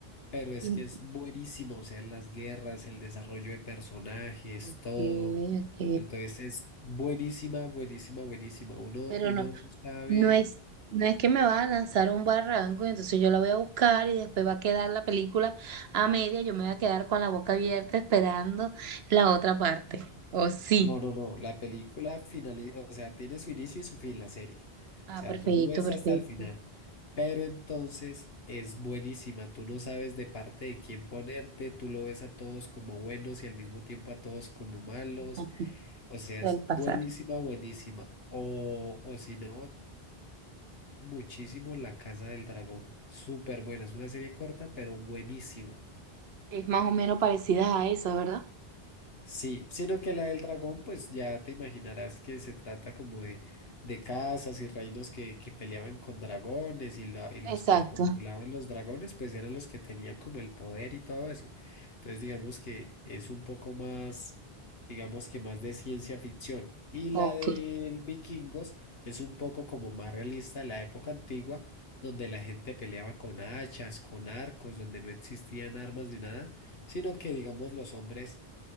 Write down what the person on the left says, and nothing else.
Pero es
que es buenísimo, o sea, las guerras, el desarrollo de personajes,
todo.
Entonces es buenísima, buenísima, buenísima. Uno,
uno
no sabe
No, no, no. La película finaliza, o sea, tiene su inicio y su fin la serie.
O sea,
tú ves
hasta el final. Pero entonces es buenísima. Tú no sabes de parte de quién ponerte. Tú lo ves a todos como buenos y al mismo tiempo a todos como malos.
O sea,
es
buenísima, buenísima. O, o si no, muchísimo La Casa del Dragón. Súper buena. Es una serie corta, pero buenísima.
Sí, sino que la del dragón, pues ya te imaginarás que se trata como de, de casas y reinos que, que peleaban con dragones y, la- y los
que controlaban los dragones, pues eran los que tenían como el poder y todo eso. Entonces, digamos que es un poco más, digamos que más de ciencia ficción. Y
la del vikingos es un poco como más realista de la época antigua, donde la gente peleaba con hachas, con arcos, donde no existían armas ni nada, sino que, digamos, los hombres